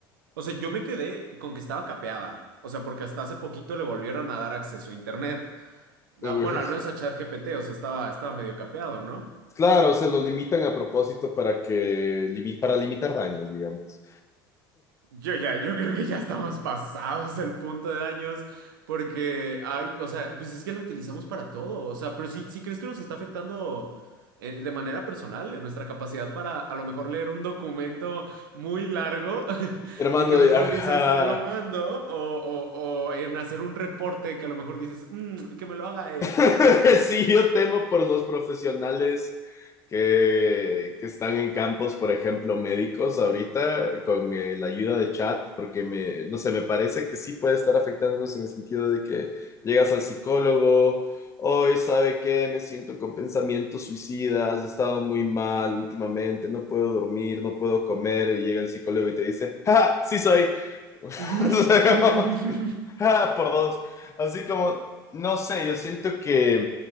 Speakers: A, on the right; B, on the left.
A: o sea, yo me quedé con que estaba capeada. O sea, porque hasta hace poquito le volvieron a dar acceso a internet.
B: uy,
A: Ah, Bueno, al menos a ChatGPT, o sea, estaba, estaba medio capeado, ¿no?
B: claro, se lo limitan a propósito para que, limi- para limitar daños, digamos.
A: Yo ya, yo creo que ya estamos pasados el punto de daños porque hay, o sea, pues es que lo utilizamos para todo, o sea, pero sí, sí crees que nos está afectando eh, de manera personal en nuestra capacidad para a lo mejor leer un documento muy largo <laughs>
B: Hermano,
A: y que mejor
B: ajá.
A: dices, se lo mando, o, o- o en hacer un reporte que a lo mejor dices, "Mm, que me lo haga él.
B: <laughs> sí, yo temo por los profesionales que, que, están en campos, por ejemplo, médicos ahorita, con eh, la ayuda de chat, porque me, no sé, me parece que sí puede estar afectándonos en el sentido de que llegas al psicólogo, hoy sabe qué, me siento con pensamientos suicidas, he estado muy mal últimamente, no puedo dormir, no puedo comer, y llega el psicólogo y te dice, ¡Ja, ja, sí soy. <laughs> o
A: <laughs>
B: sea, como, <laughs> Ah, por dos. Así como, no sé, yo siento que